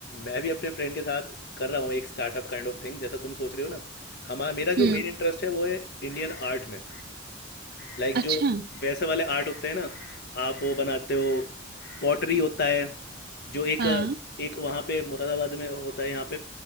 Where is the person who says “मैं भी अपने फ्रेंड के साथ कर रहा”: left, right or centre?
Left